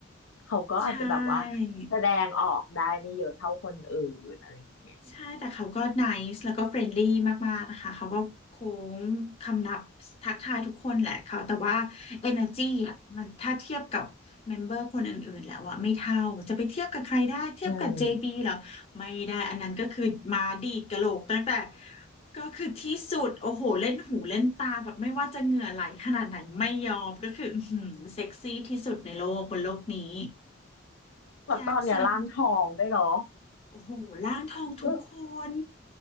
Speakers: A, on the left (about 85°); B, on the left (about 30°).
A: เขาก็อาจจะแบบว่า
B: ใช่
A: แสดงออกได้ไม่เยอะเท่าคนอื่นอะไรอย่างเงี้ย
B: ใช่แต่เขาก็ nice แล้วก็เฟรนลี่มากๆนะคะเขาก็โค้งคำนับทักทายทุกคนแหละเขาแต่ว่า energy อ่ะมันถ้าเทียบกับเมมเบอร์คนอื่นๆแล้วอ่ะไม่เท่าจะไปเทียบกับใครได้เทียบกับ
A: อืม
B: JB เหรอไม่ได้อันนั้นก็คือมาดีดกะโหลกตั้งแต่ก็คือที่สุดโอ้โหเล่นหูเล่นตาแบบไม่ว่าจะเหงื่อไหลขนาดไหนไม่ยอมก็คืออื้อหือเซ็กซี่ที่สุดในโลกบนโลกนี้
A: แบบตอนเนี้ยร่างทองได้วยเนาะ
B: แจ็คสัน โอ้โหร่างทองทุกคน
A: อื้อ